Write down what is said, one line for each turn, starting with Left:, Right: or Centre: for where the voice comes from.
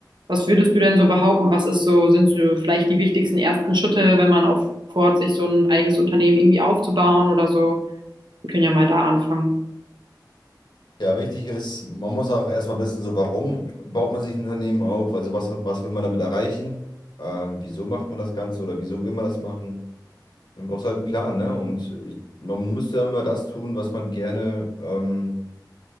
Right: was würdest du denn so behaupten? Was ist so, sind so vielleicht die wichtigsten ersten Schritte, wenn man auch vorhat, sich so ein eigenes Unternehmen irgendwie aufzubauen oder so? Wir können ja mal da anfangen.
Left: Ja, wichtig ist, man muss auch erstmal wissen, so warum baut man sich ein Unternehmen auf, also was, was will man damit erreichen, ähm, wieso macht man das Ganze oder wieso will man das machen. Man braucht halt einen Plan, ne? Und ich, man müsste ja immer das tun, was man gerne... Ähm,